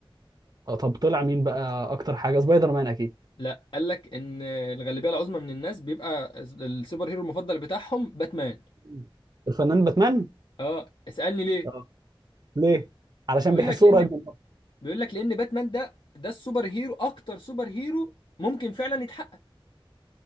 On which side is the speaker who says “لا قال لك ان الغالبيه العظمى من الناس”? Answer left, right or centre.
Left